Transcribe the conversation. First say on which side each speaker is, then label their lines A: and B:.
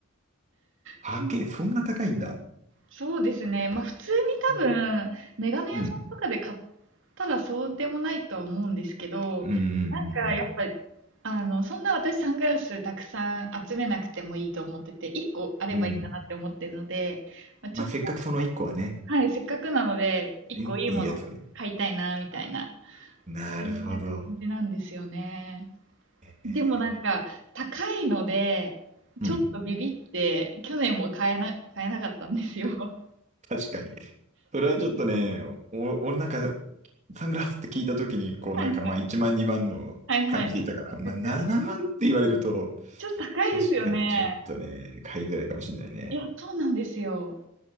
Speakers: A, on the right (about 35°); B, on the right (about 60°).
A: 8K、
B: そう
A: そんな高いんだ。
B: そうですね。まあ普通に多分、
A: うん。
B: メガネ屋さんとかで買っ
A: うん、
B: たらそうでもないとは思うんですけど、
A: うん、うん、
B: なんかやっぱ、
A: うん。
B: あの、そんな私サングラスたくさん集めなくてもいいと思ってて、1個あればいいかなって思ってるので、
A: うん
B: まあ、ちょっと、
A: まあ、せっかくその1個はね、
B: はい、せっかくなので、1個いいもの買いたいな、
A: ねいいやつはね。
B: みたいな、
A: なるほど。
B: そんな感じなんですよね。
A: え
B: でもなんか、高いので、
A: ー、
B: ちょっとビビって、
A: うん、
B: 去年も買えな、買えなかったんですよ。<laughs>
A: 確かに。それはちょっとね、お、俺なんか、サングラスって聞いたときに、こうなんかまあ1万2万の感じでいたから、
B: はいはい。はいはい。そうですよね。
A: まあ7万って言われると、
B: ちょっと高いですよね。
A: 確かにちょっとね、買いづらいかもしれないね。
B: いや、そうなんですよ。